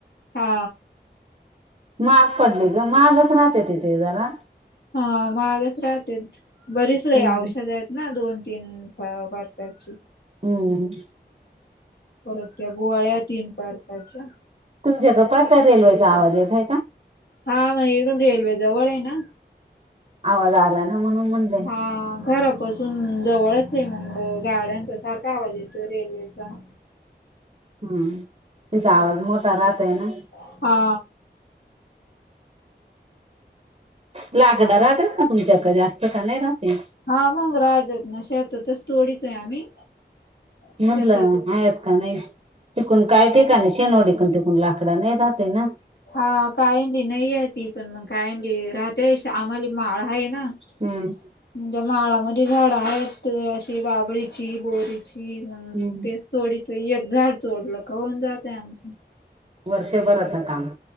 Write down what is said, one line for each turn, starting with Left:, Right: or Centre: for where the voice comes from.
Left: हा
Right: माग पडली ग महागच राहतते तिथे जरा
Left: हा महागच राहतेत बरीच लय
Right: पण
Left: औषध हेत ना दोन, तीन पर प्रकारची
Right: हम्म
Left: परत त्या गोळ्या तीन परकारच्या
Right: तुमच्या इथं पहाट रेल्वेचा आवाज येत आहे का
Left: हा मग येडून रेल्वे जवळ आहे ना
Right: आवाज आला ना म्हणून म्हण
Left: हा घरा पस हम्म, जवळच आहे मग, गाड्यांचा सारखा आवाज येतोय, रेल्वेचा.
Right: हम्म, तिचा आवाज मोठा राहतय ना.
Left: हा.
Right: लाकडा राहतेत ना तुमच्याकडे जास्त का नाही राहते.
Left: हा मग <unintelligible> शेतातच तोडीतोय आम्ही. शेतातच
Right: म्हटलं आहेत का नाही, चुकून काय ठिकाणी शेनोडी तून इकडून तिकडून लाकड आनाय जातो ना.
Left: हा काहीली नाही आहे, ती पण मग कायंली राहते. शा मग माळा आहे ना.
Right: हम्म.
Left: म्हणज्ये माळामध्ये झाडं आहेत. अशी बाबळीची, बोरी मग
Right: हम्म
Left: तेच तोडीत एक झाड तोडलं का होऊन जातय आमचं.
Right: वर्षभरचा काम.